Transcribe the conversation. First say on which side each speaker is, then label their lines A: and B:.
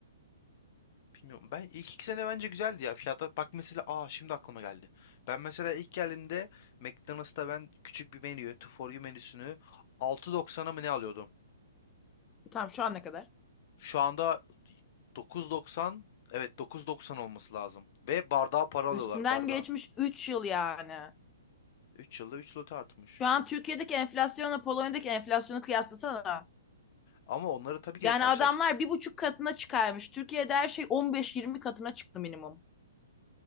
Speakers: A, on the left; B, on the left.
A: Bilmiyorum. Ben ilk iki sene bence güzeldi ya. Fiyatlar bak mesela aa şimdi aklıma geldi. Ben mesela ilk geldiğimde McDonald's'ta ben küçük bir menü, two for you menüsünü 6.90'a mı ne alıyordum?
B: Tamam şu an ne kadar?
A: Şu anda 9.90 evet 9.90 olması lazım. Ve bardağa para alıyorlar.
B: Üstünden
A: Bardağı
B: geçmiş 3 yıl yani.
A: üç yılda 3 lot artmış.
B: Şu an Türkiye'deki enflasyonla Polonya'daki enflasyonu kıyaslasana.
A: Ama onları tabii ki
B: Yani
A: de karşılaştı.
B: adamlar bir buçuk katına çıkarmış. Türkiye'de her şey on beş yirmi katına çıktı minimum.